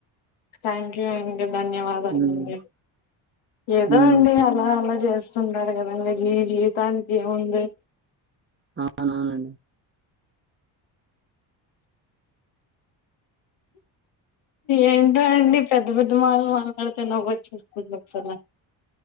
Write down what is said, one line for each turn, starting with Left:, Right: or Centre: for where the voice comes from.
Left: థాంక్ యు ఆ ధన్యవాదాలండి
Right: ఉమ్
Left: ఏదో
Right: ఉమ్
Left: అండి అలా అలా చేస్ టడుగదంగా జీవి జీవితానికినికి ముంది
Right: అవునండి
Left: ఏంట అండి పెద్ద పెద్ద మాటలు మాట్లాడితే నవ్ వచ్చేదాది నాక్ చాలా